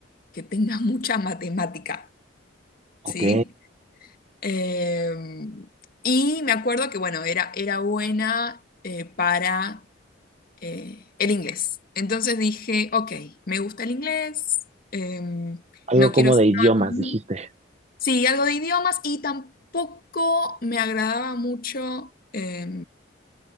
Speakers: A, on the left; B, on the right.
A: que tenga <laughs> mucha matemática,
B: Ok,
A: ¿sí? Eh, y me acuerdo que, bueno, era, era buena eh, para eh, el inglés. Entonces dije, ok, me gusta el inglés, eh,
B: algo
A: no quiero
B: como
A: hacer
B: de idiomas,
A: nada
B: dijiste.
A: con... Sí, algo de idiomas y tampoco me agradaba mucho eh,